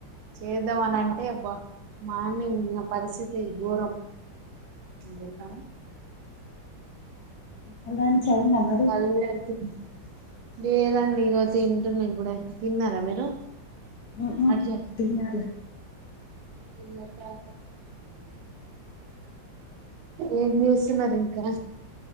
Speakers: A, on the right; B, on the left.
A: చేద్దామనింటే బా మార్నింగ్ ఉన్న పరిస్థితి గోరం వెల్తాం
B: ఉమ్ దాన్ చెయ్యం మేమద్
A: <unintelligible> లేదండి ఇగో తింటున్నా ఇప్పుడే తిన్నారా మీరు?
B: ఉ ఊ
A: అటు
B: తిన్నాలే
A: ఉమ్మా ఏం చేస్సున్నార్ ఇంకా?